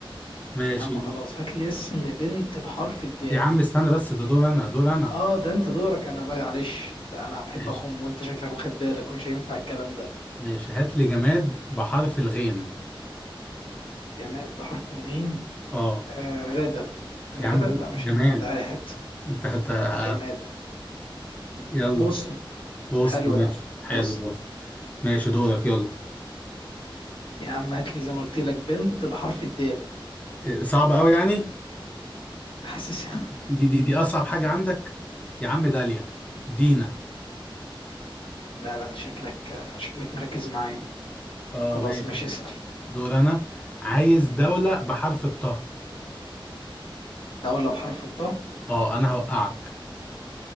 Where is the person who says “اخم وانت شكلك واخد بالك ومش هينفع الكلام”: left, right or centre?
Left